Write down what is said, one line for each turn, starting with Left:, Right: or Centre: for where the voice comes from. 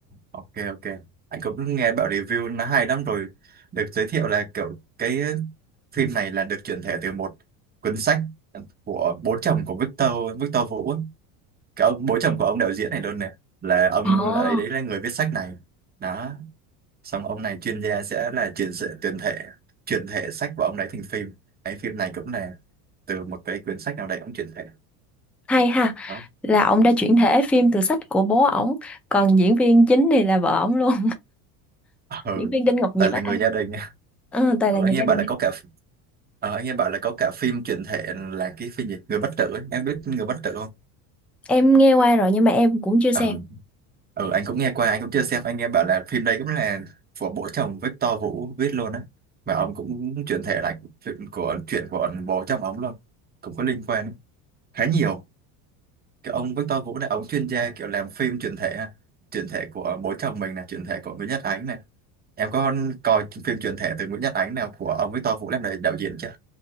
Right: ok ok. Anh cũng nghe bảo review nó hay lắm rồi. Được giới thiệu là kiểu cái phim này là được chuyển thể từ một cuốn sách của bố chồng của Victor Victor Vũ. ấy. Cái ông bố chồng của ông đạo diễn này luôn này là ông
Centre: Ồ,
Right: là đấy đấy là người viết sách này. Đó, xong ông này chuyên gia sẽ là chuyển sự tuyển thể chuyển thể sách của ông đấy thành phim. Cái phim này cũng là từ một cái quyển sách nào đấy ông chuyển thể.
Centre: hay ha.
Right: Đó.
Centre: Là ông đã chuyển thể phim từ sách của bố ổng, còn diễn viên chính thì là vợ ổng luôn.
Right: Ừ,
Centre: diễn viên Đinh Ngọc Diệp
Right: ta là
Centre: á
Right: người
Centre: anh
Right: gia đình <laughs>
Centre: Ờ, Tài
Right: Ờ,
Centre: là người
Right: anh nghe
Centre: gia
Right: bảo
Centre: đình
Right: là có cả ờ, anh nghe bảo là có cả phim chuyển thể là cái phim gì người bất tử ấy. em biết người bất tử không
Centre: em nghe qua rồi nhưng mà em cũng chưa xem
Right: ừ. ừ anh cũng nghe qua anh cũng chưa xem anh nghe bảo là phim đây cũng là của bố chồng Victor Vũ viết luôn á mà ông cũng chuyển thể lại chuyện của chuyện của bố chồng ông luôn cũng có liên quan khá nhiều cái ông Victor Vũ này ông chuyên gia kiểu làm phim chuyển thể ha chuyển thể của bố chồng mình là chuyển thể của Nguyễn Nhật Ánh này em có coi phim chuyển thể từ Nguyễn Nhật Ánh nào của ông Victor Vũ làm đạo đạo diễn chưa